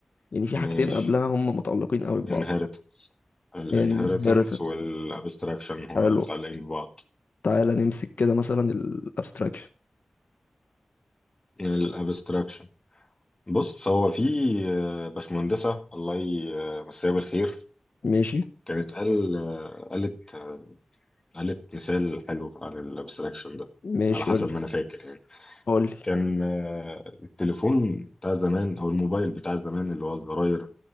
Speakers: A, on the left; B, on the left.
A: يعني في
B: مش
A: حاجتين قبلها هم متعلقين قوي ببعض
B: inheritance الانهيرتنس
A: inheritance
B: والابستراكشن هو
A: حلو
B: اللي متعلقين ببعض
A: تعالى نمسك كده مثلا ال abstraction
B: الابستراكشن بص هو في آه، باشمهندسة الله يمسيها بالخير
A: ماشي
B: كانت قال آه، قالت آه، قالت مثال حلو عن الابستراكشن ده
A: ماشي
B: على حسب
A: قولي
B: ما انا فاكر يعني
A: قولي
B: كان آه، التليفون بتاع زمان او الموبايل بتاع زمان اللي هو الزراير